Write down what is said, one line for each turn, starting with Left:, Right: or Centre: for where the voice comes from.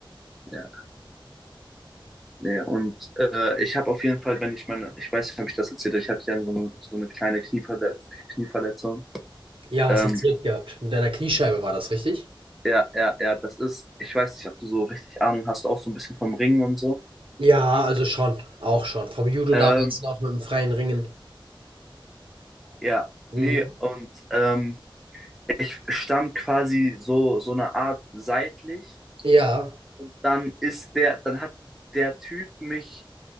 Centre: ja, nee, und äh, ich habe auf jeden Fall, wenn ich meine, ich weiß nicht, ob ich das erzählt, habe ich hatte ja so eine, so eine kleine Knieverle Knieverletzung.
Right: Ja, hast
Centre: Ähm,
Right: erzählt gehabt. Mit deiner Kniescheibe war das, richtig?
Centre: Ja, ja, ja, das ist, ich weiß nicht, ob du so richtig Ahnung hast, auch so ein bisschen vom Ringen und so.
Right: Ja, also schon, auch schon. Vom Judo
Centre: Ähm,
Right: damals noch mit dem freien Ringen.
Centre: ja,
Right: Mhm.
Centre: nee, und ähm, ich stand quasi so, so eine Art seitlich
Right: Ja,
Centre: und dann ist der, dann hat der Typ mich